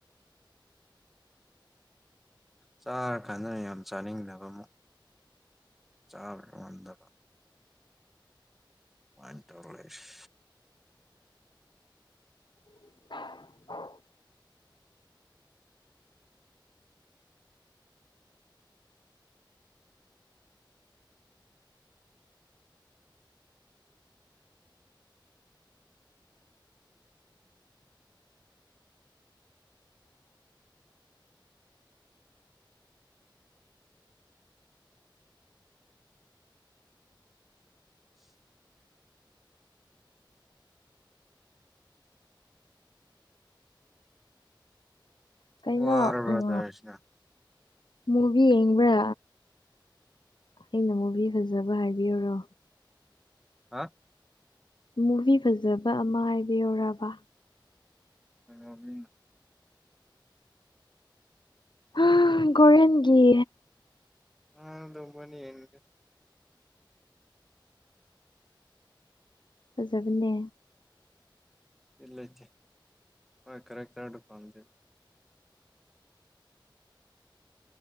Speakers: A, in the centre; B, on the left.
A: ꯆꯥꯔ ꯀꯥꯟꯗꯅ ꯌꯥꯝ ꯆꯥꯅꯤꯡꯗꯕ ꯑꯃꯨꯛ ꯆꯥꯔ <unintelligible> ꯉꯝꯗꯕ ꯃꯥꯏꯟ ꯇꯧꯔ <unintelligible> ꯂꯦꯁ
B: <inaudible>
A: <inaudible>
B: ꯀꯩꯅꯣ
A: ꯋꯥꯔꯕ꯭ꯔ
B: ꯎꯝ
A: ꯇꯧꯔꯤꯁꯤꯅ
B: ꯃꯨꯚꯤ ꯌꯦꯡꯕ꯭ꯔꯥ ꯑꯩꯅ ꯃꯨꯚꯤ ꯐꯖꯕ ꯍꯥꯏꯕꯤꯌꯨꯔꯣ
A: ꯍꯥ
B: ꯃꯨꯚꯤ ꯐꯖꯕ ꯑꯃ ꯍꯥꯏꯕꯤꯌꯨꯔꯥꯕ
A: <unintelligible>
B: ꯑꯥ ꯒꯣꯔꯤꯌꯟꯒꯤ
A: ꯑ ꯑꯗꯨꯝꯕ ꯑꯣꯏꯅ ꯌꯦꯡꯉꯒꯦ
B: ꯐꯖꯕꯅꯦ
A: ꯏꯛꯂꯦꯠꯀꯤ ꯀꯦꯔꯦꯛꯇꯔꯗꯣ ꯄꯥꯝꯗꯦ